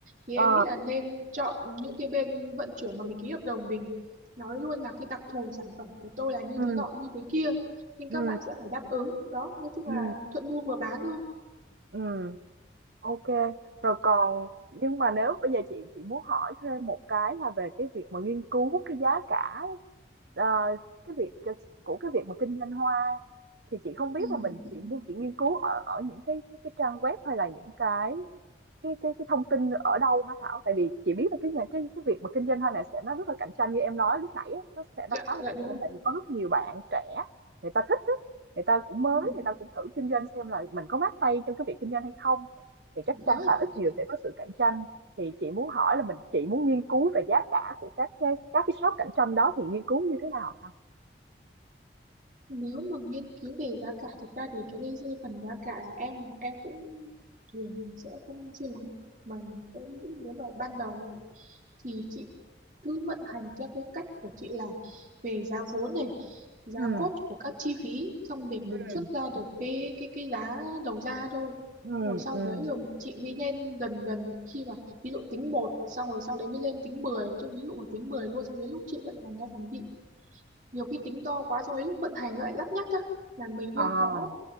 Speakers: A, on the right; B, on the right.
A: thì
B: Ờ
A: em nghĩ là nên chọn những cái bên vận chuyển mà mình ký hợp đồng mình nói luôn là cái đặc thù sản phẩm của tôi là như
B: ừ
A: thế nọ như thế kia nên các
B: ừ
A: bạn sẽ phải đáp ứng đó nói chung
B: ừ
A: là thuận mua vừa bán thôi
B: ừ. Ok. Rồi còn nhưng mà nếu bây giờ chị chị muốn hỏi thêm một cái là về cái việc mà nghiên cứu cái giá cả Ờ, cái việc c của cái việc mà kinh doanh hoa thì chị không
A: ừ.
B: biết là mình chỉ mua chị nghiên cứu ở ở những cái cái cái trang web hay là những cái cái cái cái thông tin ở đâu hả Thảo? Tại vì chị biết là cái nhà cái cái việc mà kinh doanh hoa này sẽ nó rất là cạnh tranh như em nói lúc nãy á, nó sẽ
A: dạ
B: nó khá là
A: dạ
B: cạnh
A: đúng
B: tranh
A: rồi.
B: tại vì có rất nhiều bạn trẻ người ta thích á, người ta cũng mới,
A: Ừ,
B: người ta cũng thử kinh doanh xem là mình có mát tay trong cái việc kinh doanh hay không. Thì chắc
A: dạ.
B: chắn là ít nhiều sẽ có sự cạnh tranh. Thì chị muốn hỏi là mình chị muốn nghiên cứu về giá cả của các cái các cái shop cạnh tranh đó thì nghiên cứu như thế nào Thảo?
A: nếu mà nghiên cứu về giá cả thực ra thì cái đây phần giá cả là em em cũng thường sẽ không chuyên lắm mà em nghĩ nếu mà ban đầu thì chị cứ vận hành theo cái cách của chị là về giá vốn này giá
B: ừ
A: cốt của các chi phí xong để mình
B: ừ
A: xuất ra được cái cái cái giá đầu ra thôi
B: ừ
A: rồi sau
B: ừ
A: đấy rồi chị mới lên dần dần khi mà ví dụ tính một xong rồi sau đấy mới lên tính mười, chứ ví dụ mà tính 10 luôn xong đến lúc chị vận hành nó thành bị nhiều khi tính to quá xong đến lúc vận hành lại lắt nhắt á là mình hơi
B: À,
A: khó